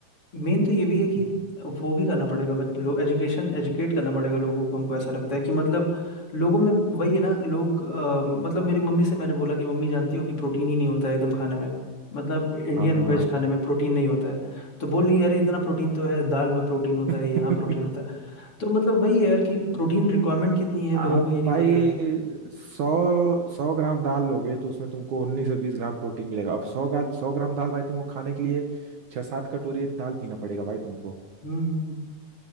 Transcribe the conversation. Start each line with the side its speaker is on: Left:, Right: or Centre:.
Left: मेन तो ये भी
Right: हम्म
Left: है कि वो भी करना पड़ेगा बट लो एजुकेशन एजुकेट करना पड़ेगा लोगों को हमको ऐसा लगता है कि मतलब लोगों में वही है ना लोग अ, मतलब मेरी मम्मी से मैंने बोला कि मम्मी जानती हो कि प्रोटीन ही नहीं होता है एकदम खाने में मतलब इंडियन
Right: हाँ
Left: वेज
Right: हाँ
Left: खाने में प्रोटीन नहीं होता है तो बोल रही है, अरे इतना प्रोटीन तो है दाल में प्रोटीन होता
Right: <laughs>
Left: है यहाँ प्रोटीन
Right: हाँ।
Left: होता है तो मतलब वही है यार कि प्रोटीन रिक्वायरमेंट कितनी है लोगों
Right: आप
Left: को ये नहीं
Right: भाई
Left: पता है
Right: सौ सौ ग्राम दाल लोगे तो उसमें तुमको उन्नीस से बीस ग्राम प्रोटीन मिलेगा अब सौ गा सौ ग्राम दाल भाई तुमको खाने के लिए छह सात कटोरी दाल पीना पड़ेगा भाई तुमको
Left: हम्म हम्म हम्म।